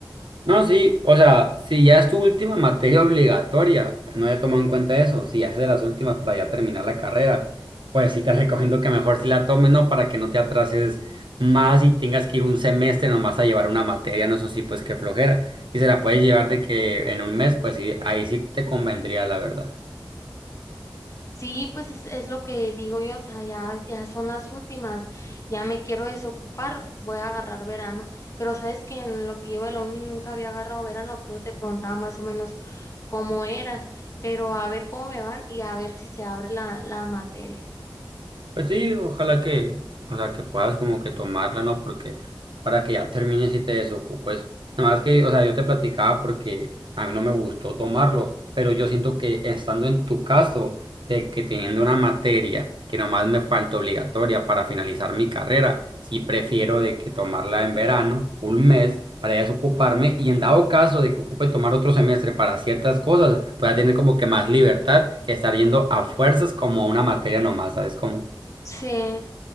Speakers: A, on the right (about 80°); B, on the left (about 40°).
A: No, sí, o sea, si ya es tu última materia obligatoria, no haya tomado en cuenta eso, si ya es de las últimas para ya terminar la carrera, pues sí te <laughs> recomiendo que mejor sí la tomes, ¿no? Para que no te atrases más y tengas que ir un semestre nomás a llevar una materia, no, eso sí, pues qué flojera. Y se la puedes llevar de que en un mes, pues sí, ahí sí te convendría, la verdad.
B: Sí, pues es, es lo que digo yo, o sea, ya, ya son las últimas, ya me quiero desocupar, voy a agarrar verano, pero sabes que en lo que yo de la uni nunca había agarrado verano, por eso te preguntaba más o menos cómo eran, pero a ver cómo me van y a ver si se abre la, la materia.
A: Pues sí, ojalá que, o sea, que puedas como que tomarla, ¿no? Porque para que ya termines y te desocupes. Nada más que, o sea, yo te platicaba porque a mí no me gustó tomarlo, pero yo siento que estando en tu caso, de que teniendo una materia que nomás me falta obligatoria para finalizar mi carrera, sí prefiero de que tomarla en verano, un mes, para ya desocuparme y en dado caso de que ocupe tomar otro semestre para ciertas cosas, pues ya tener como que más libertad que estar yendo a fuerzas como a una materia nomás, ¿sabes cómo?
B: Sí.